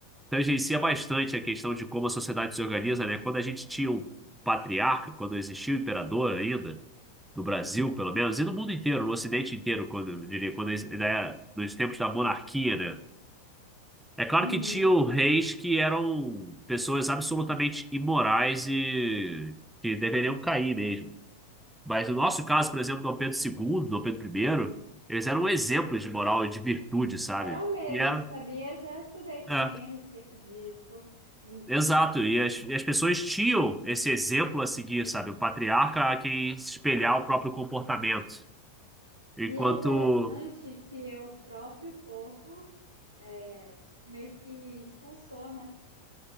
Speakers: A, in the centre; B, on the right.
A: tangencia bastante a questão de como a sociedade se organiza, né? Quando a gente tinha o patriarca, quando existia o imperador ainda, do Brasil, pelo menos, e do mundo inteiro, no Ocidente inteiro, quando, eu diria, quando, ex- ainda nos tempos da monarquia, né? É claro
B: Uhum.
A: que tinham reis que eram pessoas absolutamente imorais e que deveriam cair mesmo. Mas no nosso caso, por exemplo, Dom Pedro II, Dom Pedro I, eles eram exemplos de moral e de virtude, sabe?
B: Era o mesmo,
A: E era,
B: sabia? Já estudei também
A: é,
B: a respeito disso. Uhum.
A: exato. E as, e as pessoas tinham esse exemplo a seguir, sabe? O patriarca a quem se espelhar o próprio comportamento. Enquanto,
B: E é interessante que o próprio povo é, meio que expulsou, né?